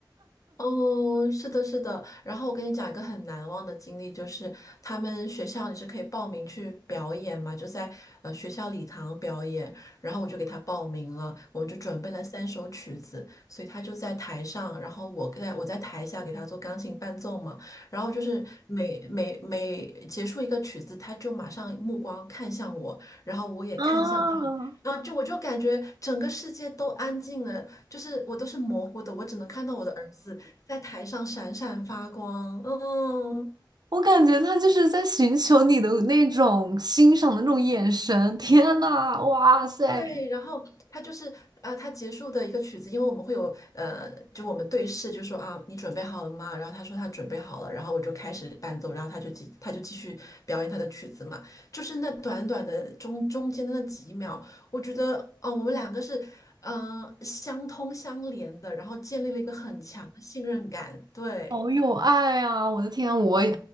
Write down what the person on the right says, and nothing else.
啊，
我感觉他就是在寻求你的那种欣赏的那种眼神。天呐，哇塞，
好有爱啊！我的天啊，我也